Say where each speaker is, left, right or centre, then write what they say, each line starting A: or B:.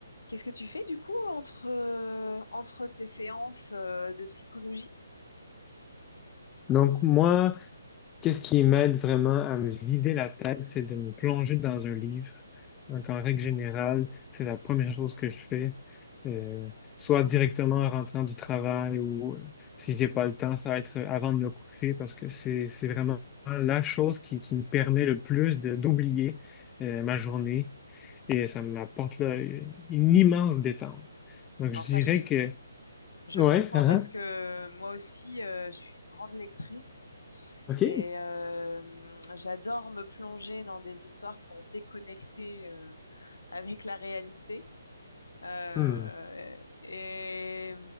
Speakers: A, on the left; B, on the left.
A: Qu'est-ce que tu fais du coup entre, euh, entre tes séances euh, de psychologie?
B: Donc, moi, qu'est-ce qui m'aide vraiment à me vider la tête, c'est de me plonger dans un livre. Donc, en règle générale, c'est la première chose que je fais, euh, soit directement en rentrant du travail ou euh, si j'ai pas le temps, ça va être avant de me coucher parce que c'est, c'est vraiment la chose qui, qui me permet le plus de- d'oublier, euh, ma journée et ça m'apporte là, une immense détente. Donc,
A: Alors
B: je dirais
A: ça, je,
B: que,
A: je
B: ouais,
A: comprends
B: ah,
A: parce que moi aussi, euh, je suis une grande lectrice
B: ah, OK.
A: et euh, j'adore me plonger dans des histoires pour déconnecter euh, avec la réalité. Euh,
B: Hmm,
A: et,